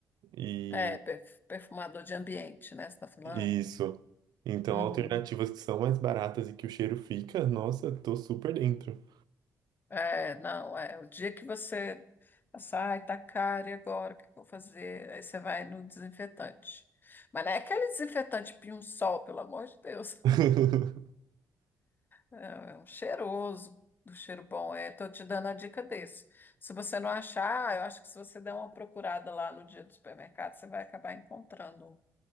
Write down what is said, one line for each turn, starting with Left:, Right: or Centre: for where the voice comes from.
Right: e
Left: É, perf- perfumador de ambiente, né? Você tá falando?
Right: e isso. Então,
Left: Uhum.
Right: alternativas que são mais baratas e que o cheiro fica, nossa, tô super dentro.
Left: É, não, é o dia que você passar, ai, tá caro, e agora o que que eu vou fazer? Aí você vai no desinfetante. Mas não é aquele desinfetante pinho-sol, pelo amor de Deus.
Right: <laughs>
Left: É, é um cheiroso, do cheiro bom. É, tô te dando a dica desse. Se você não achar, eu acho que se você der uma procurada lá no dia do supermercado, você vai acabar encontrando